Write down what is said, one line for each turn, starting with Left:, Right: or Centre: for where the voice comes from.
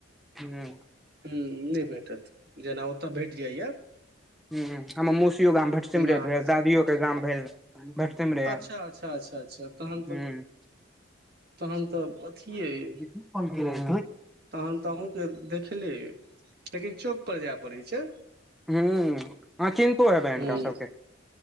Centre: हूँ।
Right: ह्म नै भेटत, जेना ओतए भेट जाइए।
Centre: हम् हमर मौसियो गाम भटसिमरे
Right: अहाँके
Centre: भेल दादियोके गाम भेल भटसिमरे,
Right: अच्छा अच्छा अच्छा अच्छा तहन
Centre: हम्।
Right: तऽ तहन तऽ अथिये अइ
Centre: जीतु फोन कएने रहए
Right: तहन त अहूँके देखले अए लेकिन चौक पर जाय पड़ैय छैय।
Centre: हम् अहाँ चिन्हतो हेबैन हिनका
Right: हूं
Centre: सबके